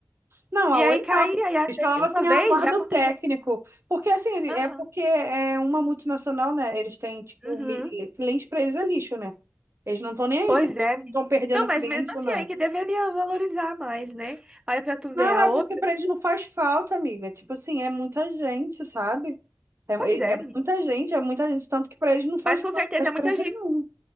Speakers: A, on the right (about 60°); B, on the right (about 20°).
A: Não, a
B: E
A: Oi
B: aí caía, e às
A: Eles falavam
B: vezes,
A: assim,
B: uma
A: ah,
B: vez
A: guarda
B: já aconteceu.
A: o técnico. Porque assim, ele-
B: Aham.
A: é porque é uma multinacional, né? Eles têm, tipo,
B: Uhum.
A: mi- cliente pra eles é lixo, né? Eles não estão nem aí
B: Pois
A: se
B: é, menina.
A: estão perdendo
B: Não, mas
A: cliente
B: mesmo assim,
A: ou não.
B: aí que deveria valorizar mais, né? Aí pra tu
A: Não,
B: ver a
A: é
B: outra.
A: porque pra eles não faz falta, amiga. Tipo assim, é muita gente, sabe? É,
B: Pois é,
A: é
B: menina.
A: muita gente, é muita gente. Tanto que pra eles não faz
B: Mas com
A: falta,
B: certeza
A: não faz
B: é
A: diferença
B: muita gente
A: nenhuma.